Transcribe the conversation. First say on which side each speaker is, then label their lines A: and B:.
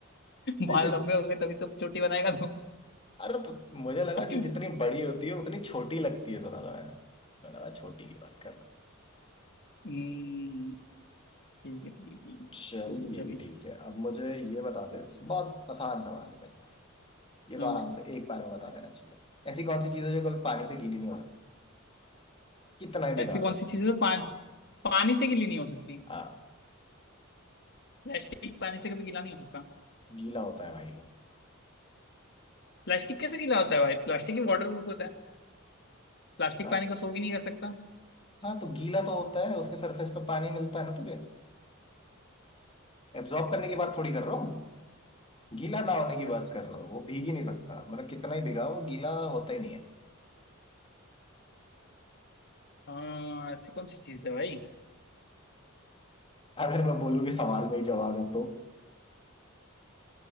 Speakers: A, on the left (about 25°); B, on the left (about 55°).
A: ये
B: बाल
A: जि-
B: लंबे हो गए तभी तो चोटी बनाएगा तू
A: अरे तो मुझे लगा
B: <laughs>
A: जो जितनी बड़ी होती है उतनी छोटी लगती है सुना था मैंने मैं लगा छोटी की बात करना
B: हम्म, ठीक है ठीक है ठीक है
A: चल
B: तू पूछ
A: ये
B: अभी
A: भी ठीक है अब मुझे ये बता दे बहुत आसान सवाल है पहले ये तो
B: हाँ
A: आराम से एक बार में बता देना चाहिए ऐसी कौन सी चीज है जो कभी पानी से गीली नहीं हो सकती कितना ही
B: ऐसी
A: भिगा
B: कौन
A: दो
B: सी चीज़ है जो पान, पानी से गीली नहीं हो सकती
A: हाँ
B: प्लास्टिक पानी से कभी गीला नहीं हो सकता
A: गीला होता है भाई वो
B: प्लास्टिक कैसे गीला होता है भाई प्लास्टिक ही वाटर प्रूफ होता प्लास्टिक
A: बस
B: पानी को सोख ही नहीं कर सकता
A: हाँ तो गीला तो होता है उसके सरफेस पे पानी मिलता है ना तुझे एब्जॉर्ब करने की बात थोड़ी कर रहा हूँ गीला ना होने की बात
B: अच्छा
A: कर
B: अच्छा
A: रहा हूँ वो भीग ही नहीं सकता मतलब कितना ही भिगा वो गीला होता ही नहीं है
B: हाँ ऐसी कौन सी चीज है भाई
A: अगर मैं बोलूँ कि सवाल में ही जवाब है तो